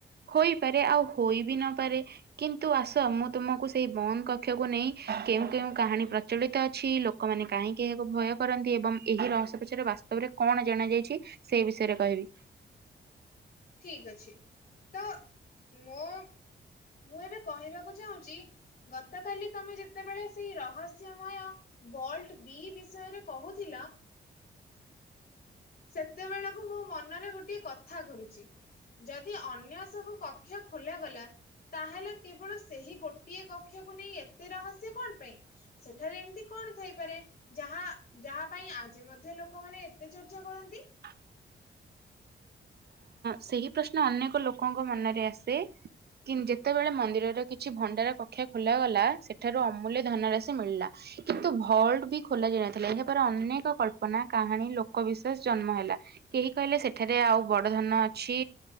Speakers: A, on the right (about 60°); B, on the left (about 55°).
A: ହୋଇପାରେ ଆଉ ହୋଇ ବି ନପାରେ କିନ୍ତୁ ଆସ ମୁଁ ତୁମକୁ ସେଇ ବନ୍ଦ କକ୍ଷକୁ ନେଇ କେଉଁ କେଉଁ କାହାଣୀ ପ୍ରଚଳିତ ଅଛି ଲୋକମାନେ କାହିଁକି ଏହାକୁ ଭୟ କରନ୍ତି ଏବଂ ଏହି ରହସ୍ୟପଚର ବାସ୍ତବ। କଣ ଜଣା ଯାଇଛି ସେଇ ବିଷୟରେ କହିବି।
B: ଠିକ ଅଛି ତ ମୋ ମୁଁ ଏବେ କହିବାକୁ ଚାହୁଁଚି, ଗତକାଲି ତମେ ଯେତେବେଳେ ସେଇ ରହସ୍ୟମୟ ଭଲ୍ଟ ବି ବିଷୟରେ କହୁଥିଲ। ସେତେବେଳକୁ ମୋ ମନରେ ଗୋଟିଏ କଥା <unintelligible> ଯଦି ଅନ୍ୟ ସବୁ କକ୍ଷ ଖୋଲ ଗଲା ତାହେଲେ କେବଳ ସେହି ଗୋଟିଏ କକ୍ଷକୁ ନେଇ ଏତେ ରହସ୍ୟ କଣ ପାଇଁ ସେଠାରେ ଏମିତି କଣ କଣ ଥାଇପାରେ ଯାହା ଯାହା ପାଇଁ ଆଜି ମଧ୍ୟ ଲୋକମାନେ ଏତେ ଚର୍ଚ୍ଚା କରନ୍ତି।
A: ହଁ। ସେହି ପ୍ରଶ୍ନ ଅନେକ ଲୋକଙ୍କ ମନରେ ଆସେ। କି ଯେତେବେଳେ ମନ୍ଦିରର କିଛି ଭଣ୍ଡାର କକ୍ଷା ଖୋଲ ଗଲା ସେଠାରୁ ଅମୂଲ୍ୟ ଧନ ରାଶି ମିଳିଲା। କିନ୍ତୁ ଭଲ୍ଟ ବି ଖୋଲା ଯାଇ ନଥିଲା ଏହାପରେ ଅନେକ କଳ୍ପନା କାହାଣୀ ଲୋକ ବିିଶୋସ ଜନ୍ମ ହେଲା। କେହି କହିଲେ ସେଠାରେ ଆଉ ବଡ ଧନ ଛି